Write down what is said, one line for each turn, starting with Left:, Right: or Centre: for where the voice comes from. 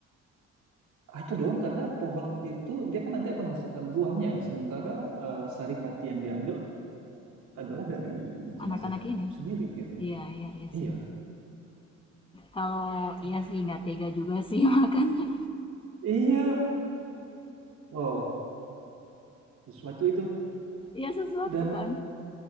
Right: ada dong karena pohon itu dia kan nanti akan menghasilkan buahnya. Sementara eh, saripati yang diambil adalah dari jenazah
Left: anak-anak
Right: itu
Left: ini
Right: sendiri gitu.
Left: Iya, iya, iya
Right: Iya,
Left: sih. Kalau
Right: tapi
Left: iya sih nggak tega juga sih <laughs> makannya.
Right: iya, wow, sesuatu itu
Left: Iya sesuatu
Right: dan
Left: kan.